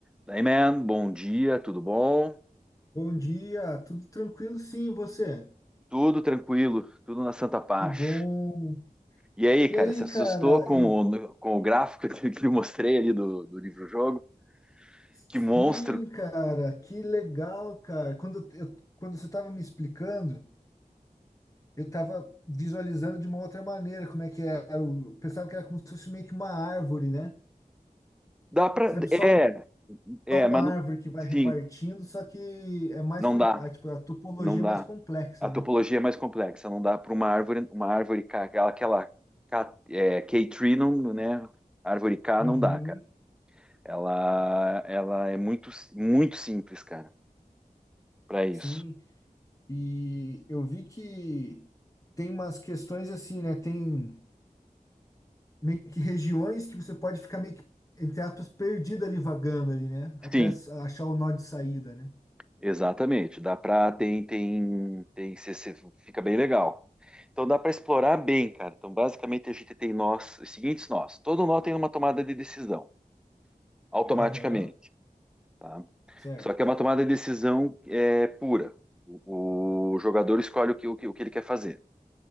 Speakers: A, in the centre; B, on the left (about 25°).
A: Daí, man, bom dia, tudo bom?
B: Bom dia, tudo tranquilo? Sim, e você?
A: Tudo tranquilo, tudo na santa paz.
B: Que bom.
A: E aí,
B: E
A: cara,
B: aí,
A: se assustou
B: cara,
A: com
B: eu
A: o, com o gráfico <laughs> que que eu mostrei ali do, do livro-jogo?
B: sim,
A: Que monstro!
B: cara, que legal, cara. Quando eu, quando você estava me explicando, eu estava visualizando de uma outra maneira como é que era. o- Eu pensava que era como se fosse meio que uma árvore, né?
A: Dá pra.
B: Sabe, só,
A: É,
B: um-
A: é,
B: só uma
A: mas
B: árvore
A: não-
B: que vai repartindo,
A: sim,
B: só que é mais,
A: não
B: com-
A: dá,
B: é, tipo, a topologia
A: não dá.
B: é mais complexa,
A: A topologia
B: né?
A: é mais complexa, não dá para uma árvore, uma árvore K, aquela, aquela K, é, K-tree, não, né? Árvore K
B: Uhum,
A: não dá, cara. Ela, ela é muito, muito simples, cara, para isso.
B: sim. E eu vi que tem umas questões assim, né? Tem meio que regiões que você pode ficar meio que, entre aspas, perdido ali, vagando ali, né? Até
A: Sim,
B: s- achar o nó de saída, né?
A: Exatamente, dá para tem tem tem cê- cê- fica bem legal. Então dá para explorar bem, cara. Então basicamente a gente tem nós, os seguintes nós. Todo nó tem uma tomada de decisão automaticamente,
B: Aham,
A: tá?
B: certo.
A: Só que é uma tomada de decisão é pura. O, o jogador escolhe o que, o que o que ele quer fazer.